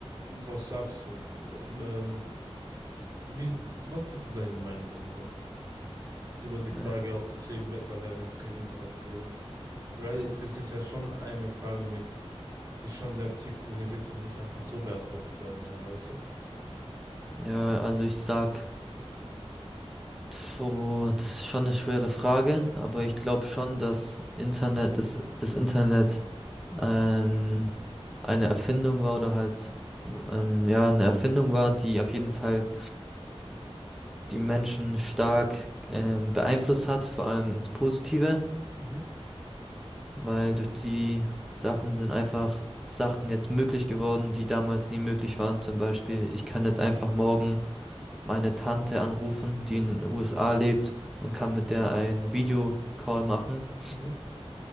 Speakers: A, on the right; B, in the centre.
A: was sagst du? Äh, Ähm, wie, was ist so deine Meinung darüber? Über die Frage,
B: äh,
A: ob das Leben besser wäre, wenn es kein Internet gäbe? Weil das ist ja schon eine Frage mit, die schon sehr tiefgründig ist und nicht einfach so beantwortet werden kann, weißt du?
B: ja, also ich sag So, das ist schon eine schwere Frage, aber
A: Mhm.
B: ich glaube schon, dass Internet, das, das Internet ähm, eine Erfindung war oder halt ähm, ja, eine Erfindung war, die auf jeden Fall die Menschen stark ähm, beeinflusst hat, vor allem ins Positive.
A: Mhm.
B: weil durch die Sachen sind einfach Sachen jetzt möglich geworden, die damals nie möglich waren. Zum Beispiel, ich kann jetzt einfach morgen meine Tante anrufen, die in den USA lebt und kann mit der ein Videocall machen,
A: Mhm.